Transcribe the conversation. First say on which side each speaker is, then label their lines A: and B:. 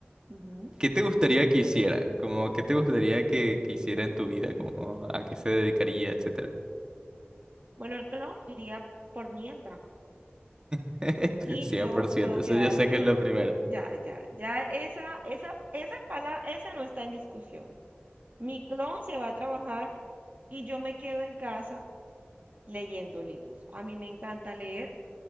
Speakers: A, on the right; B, on the right.
A: Ujú.
B: ¿qué te gustaría que hiciera? Como, ¿qué te gustaría que, que hiciera en tu vida? Como, ¿a qué se dedicaría, etcétera?
A: Bueno, el clon iría por mí al trabajo
B: <laughs>
A: y
B: cien
A: yo
B: por ciento
A: puedo
B: eso
A: quedarme.
B: yo sé que es lo primero.
A: Ya, ya, ya, esa, esa, esa palabra, esa no está en discusión. Mi clon se va a trabajar y yo me quedo en casa leyendo libros. A mí me encanta leer,